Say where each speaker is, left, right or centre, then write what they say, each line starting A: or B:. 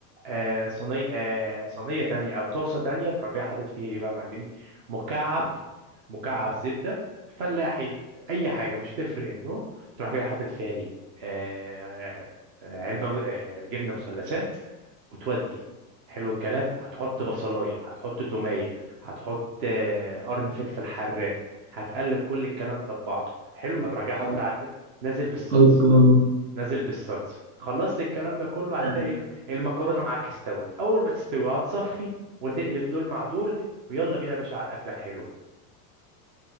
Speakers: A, on the right (about 35°); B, on the right (about 60°).
A: آه، صينيه آه، صينيه تانية او طاسه تانية تروح جاي حاطط فيها ايه بقى يا معلمي مكعب مكعب زبده فلاحي اي حاجه مش هتفرق النوع تروح جاي حاطط فيها ايه آه آه، علبه آه جبنه مثلثات وتودي حلو الكلام هتحط بصلايه هتحط توميه هتحط آه قرن فلفل حراق هتقلب كل الكلام ده ببعضه حلو
B: اوبا
A: هتروح جاي حاطط على- نازل بالصلصه
B: اوبا
A: نازل بالصلصه خلصت الكلام ده كله هتلاقي
B: ده
A: الم- المكرونه معاك استوت اول ما تستوي هتصفي وتقلب دول مع دول ويلا بينا يا باشا على الاكله الحلوه